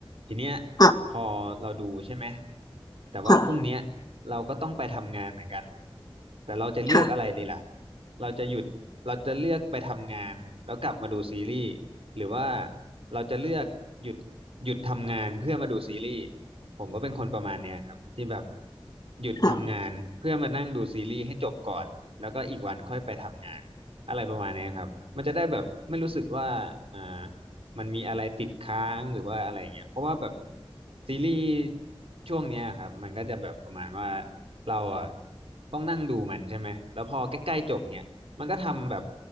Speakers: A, on the right; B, on the left.
A: ทีเนี้ย
B: ค่ะ
A: พอเราดูใช่ไหมแต่ว่าพรุ่งเนี้ย
B: ค่ะ
A: เราก็ต้องไปทำงานเหมือนกันแต่เราจะเลือกอะไรดีล่ะ
B: ค่ะ
A: เราจะหยุดเราจะเลือกไปทำงานแล้วกลับมาดูซีรีส์หรือว่าเราจะเลือกหยุดหยุดทำงานเพื่อมาดูซีรีส์ผมก็เป็นคนประมาณเนี้ยครับที่แบบหยุดทำงานเพื่อมานั่งดูซีรีส์ให้จบก่อนแล้วก็อีกวันค่อยไปทำงานอะไรประมาณเนี้ยครับมันจะได้แบบไม่รู้สึกว่าอ่า
B: ค่ะ
A: มันมีอะไรติดค้างหรือว่าอะไรเงี้ยเพราะว่าแบบซีรีส์ช่วงเนี้ยครับมันก็จะแบบประมาณว่าเราอ่ะต้องนั่งดูมันใช่ไหมแล้วพอใกล้ๆจบเนี่ย มันก็ทำแบบ